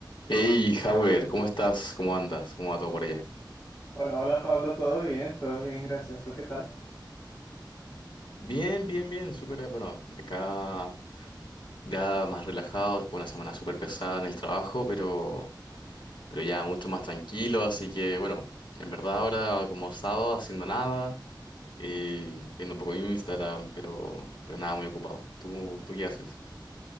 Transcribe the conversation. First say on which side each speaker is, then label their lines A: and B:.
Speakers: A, on the left (about 80°); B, on the left (about 35°).
A: Hey, Howard, ¿cómo estás? ¿Cómo andas? ¿Cómo va todo por allá?
B: Hola, hola Pablo, todo bien, todo bien, gracias. ¿Tú qué tal?
A: Bien, bien, bien, súper, eh, bueno, acá ya más relajado, después de una semana súper pesada en el trabajo, pero, pero ya mucho más tranquilo, así que bueno, en verdad ahora como sábado haciendo nada, eh, viendo un poco Instagram, pero, pero nada, muy ocupado. ¿Tú, tú qué haces?